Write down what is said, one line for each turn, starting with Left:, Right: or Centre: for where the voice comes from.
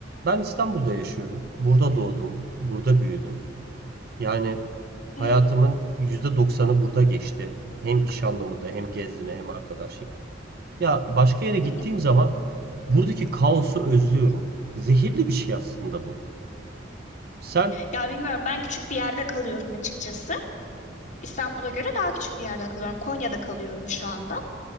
Right: Ben İstanbul'da yaşıyorum. Burada doğdum, burada büyüdüm. Yani hayatımın
Left: Hı hı,
Right: %90'ı burada geçti. Hem iş anlamında, hem gezme, hem arkadaşlık. Ya başka yere gittiğim
Left: hı hı.
Right: zaman buradaki kaosu özlüyorum. Zehirli bir şey aslında bu. Sen
Left: Ya bilmiyorum ben küçük bir yerde kalıyorum açıkçası. İstanbul'a göre daha küçük bir yerde kalıyorum. Konya'da kalıyorum şu anda.